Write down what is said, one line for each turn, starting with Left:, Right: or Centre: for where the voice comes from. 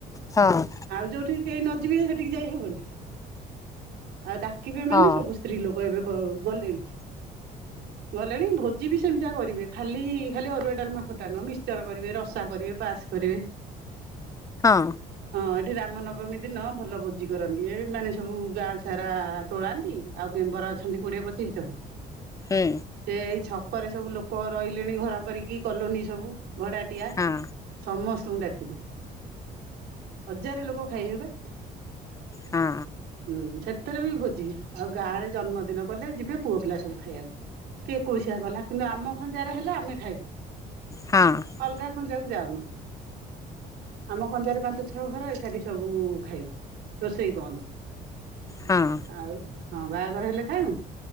Left: ହଁ
Right: ଆଉ ଯୋଉଁଠିକି କେହି ନ ଯିବେ ସେଠିକି ଯାଇ ହବନି। ଆଉ ଡାକିବେ
Left: ହଁ
Right: ମାନେ ସବୁ ସ୍ତ୍ରୀ ଲୋକ ଏବେ ବ ଗଲେଣି। ଗଲେଣି ଭୋଜି ବି ସେମିତିଆ କରିବେ ଖାଲି ଖାଲି ଅରୁଆ ଡାଲମା। ଖଟା ନୁହଁ ମିଷଚର କରିବେ ରସା କରିବେ ପାସ୍ କରିବେ
Left: ହଁ
Right: ହଁ ଏଠି ରାମ ନବମୀ ଦିନ ଭଲ ଭୋଜି କରନ୍ତି। ଏ ମାନେ ସବୁ ଗାଁ ସାରା ତୋଳାନ୍ତି ଆଉ ମେମ୍ବର ଅଚନ୍ତି କୋଡ଼ିଏ ପଚିଶି ଜଣ
Left: ହୁଁ
Right: ସେ ଏଇ ଛକରେ ସବୁ ଲୋକ ରହିଲେଣି ଘର କରିକି କଲୋନି ସବୁ ଭଡାଟିଆ
Left: ହଁ
Right: ସମସ୍ତଙ୍କୁ ଡାକିବେ। ହଜାର ଲୋକ ଖାଇବେ ବା
Left: ହଁ
Right: ହୁଁ ସେ ଭିତରେ ବି ଭୋଜି ଆଉ ଗାଁ ରେ ଜନ୍ମଦିନ କଲେ ଯିବେ ପୁଅ ପିଲା ସବୁ ଖାଇବାକୁ। କି ଏକୋସିିଆ କଲା କିନ୍ତୁ ଆମ ଖଞ୍ଜା ରେ ହେଲେ ଆମେ ଖାଇବୁ
Left: ହଁ
Right: ଅଲଗା ଖଞ୍ଜାକୁ ଯାଉନୁ। ଆମ ଖଞ୍ଜାରେ ପାଞ୍ଚ ଛଅ ଘର ଏକାଠି ସବୁ ଖାଇବୁ ରୋଷେଇ ବନ୍ଦ।
Left: ହଁ
Right: ଆଉ ହଁ ବାହାଘର ହେଲେ ଖାଇବୁ